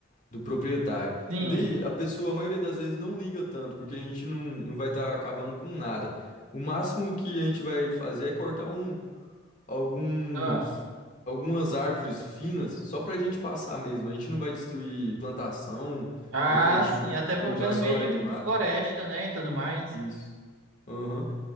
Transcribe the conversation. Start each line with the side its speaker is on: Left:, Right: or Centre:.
Left: do proprietário.
Right: sim,
Left: E daí a pessoa, a maioria das vezes, não liga tanto, porque a gente não, não vai estar acabando com nada. O máximo que a gente vai fazer é cortar um, alguns,
Right: ah
Left: algumas árvores finas, só para a gente passar mesmo. A gente não vai destruir plantação,
Right: Ah,
Left: porque a gente
Right: sim. Até
Left: vai
Right: porque
Left: usar
Right: é no
Left: só
Right: meio
Left: a área de mato.
Right: de, de floresta, né? E tudo mais.
Left: Isso. Aham.